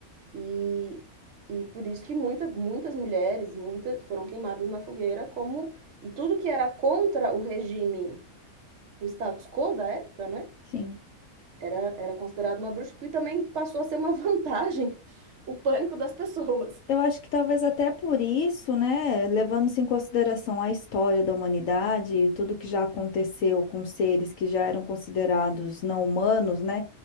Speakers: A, on the right; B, on the left.
A: E, e por isso que muita, muitas mulheres, muitas foram queimadas na fogueira como e tudo que era contra o regime, o status quo da época, né?
B: sim.
A: Era, era considerado uma bruxa e também passou a ser uma vantagem <laughs> o pânico das pessoas.
B: Eu acho que talvez até por isso, né, levando-se em consideração a história da humanidade e tudo que já aconteceu com seres que já eram considerados não humanos, né?